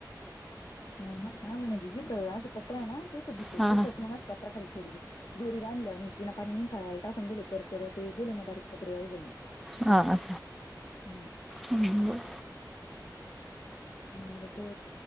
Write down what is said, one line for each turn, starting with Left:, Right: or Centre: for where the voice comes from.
Left: नाही ना आम्ही म्हणजे जथ असं पत्र आहे ना तेथचधुतो
Centre: हा
Left: तेथच मग असं पत्र खाली थोडी बी. दोरी बांधल्या आणि ति ना पाणी निथळा टाकून दिले परकर ते दिले म बारीक कपडे व घलून.
Centre: हा हा,
Left: हम्म.
Centre: हम्म-हम्म बोल.
Left: म्हणलं ते